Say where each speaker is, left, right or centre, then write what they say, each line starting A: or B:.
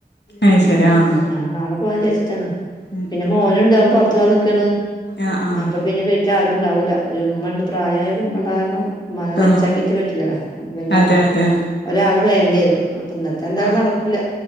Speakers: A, on the left; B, on the left.
A: അത് ശരി ആഹ്
B: ആ് നാളെ പോവാന്ന് വിചാച്ചിട്ടാണ്
A: ഉം
B: പിന്നെ
A: ഉം
B: മോന് ണ്ട് അവൻ പുർത്ത് പോവാൻ ന് ക് ക്കണ്.
A: ആഹ് ആഹ്
B: അപ്പൊ പിന്നെ വീട്ടിൽ ആരുംണ്ടാവൂല്ല ഒരു ഉമ്മ ഉണ്ട് പ്രായമായരു ഉമ്മള കാരണം മ്മാനെ തനിച്ചാക്കിയിട്ട്
A: ആഹ്
B: വീട്ടില് പിന്നെ
A: അതെ അതെ
B: ഒരാള് വേണ്ടി വരും. അപ്പം ഇന്നത്തെ എന്താലും
A: ആഹ്
B: നടക്കില്ല